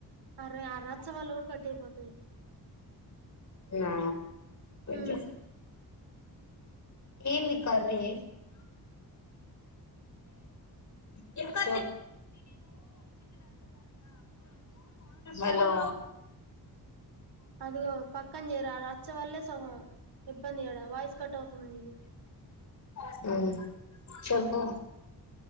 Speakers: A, on the right (about 75°); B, on the left (about 45°).
A: అరే ఆరచ్చ వాళ్ళ కూడ కట్ అయిపోతది
B: నా
A: ఉమ్
B: చ ఏంది కర్రీ చెప్పు హలో
A: అదిగో పక్కంచేరు ఆ రచ్చ వల్లే సగం ఇబ్బంది కూడ వాయిస్ కట్ అవుతుంది నీది
B: హు చెప్పు